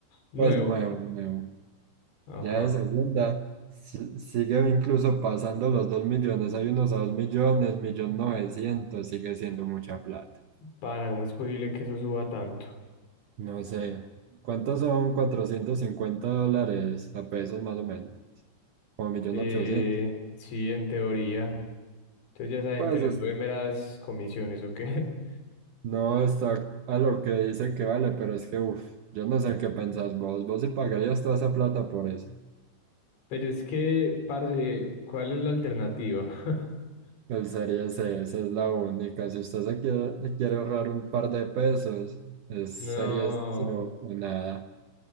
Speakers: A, on the left; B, on the right.
A: nuevo.
B: Pues nuevo, nuevo.
A: Ajá.
B: Ya de segunda si- sigue incluso pasando los dos millones. Hay unos a dos millones, millón novecientos, sigue siendo mucha plata.
A: Pana, ¿cómo es posible que eso suba tanto?
B: No sé, ¿cuántos son 450 dólares a pesos más o menos? Como millón
A: Eh,
B: ochocientos.
A: sí, en teoría. Entonces ya esa
B: Pues
A: gente les
B: está-
A: sube meras comisiones, ¿o qué? <laughs>
B: no está a lo que dice que vale, pero es que, uff, yo no sé qué pensás vos. Vos sí pagarías toda esa plata por eso.
A: Pero es que, parce, ¿cuál es la alternativa? <laughs>
B: Alzaría ese, esa es la única. Si usted se quiere, quiere ahorrar un par de pesos, es, sería
A: No,
B: eso o o nada.